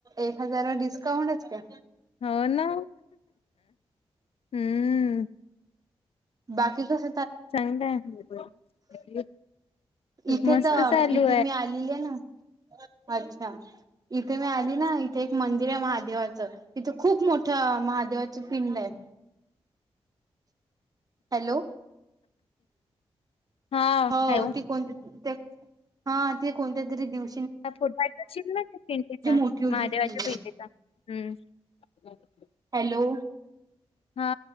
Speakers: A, on the right; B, on the left.
A: एक हजार डिस्काउंटच असतो...
B: हो ना हम्म...
A: बाकी कस...
B: चांगलंय....
A: इथे
B: मस्त
A: तर
B: चालू
A: इथे मी आलेली आहे ना.... अच्छा इथे मी आली ना इथे एक मंदिर आहे महादेवाच इथे खूप मोठ..... ह महादेवाची पिंड आहे.... हॅलो.
B: हा
A: हो
B: हॅलो
A: ती कोणती <unintelligible> हा ती कोणत्या तरी दिव.
B: फोट <unintelligible> पा शिल पिंडीचा
A: मोठी होती
B: महादेवाच्या पिंडीचा हम्म. <inaudible>
A: हॅलो.
B: हा